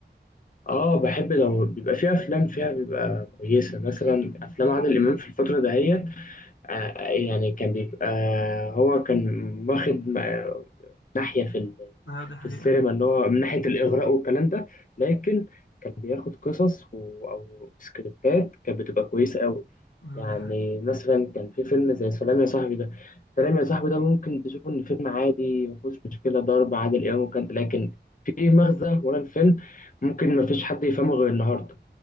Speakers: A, on the left; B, on the left.
A: اه بحب لو بيبقى فيها افلام فيها بيبقى كويسه مثلا افلام عادل امام في الفتره دهيت آه، يعني كان بيبقى هو كان واخد م- ناحية في ال-
B: اه دي حقيقة
A: في السينما اللي هو من ناحية الإغراء والكلام ده لكن كان بياخد قصص و- أو سكريبتات كانت بتبقى كويسة قوي
B: اه
A: يعني
B: دي حقيقة
A: مثلا كان في فيلم زي سلام يا صاحبي ده سلام يا صاحبي ده ممكن تشوفه إن فيلم عادي مفيهوش مشكلة ضرب عادل إمام وكان لكن في مغزى ورا الفيلم ممكن مفيش حد يفهمه غير النهاردة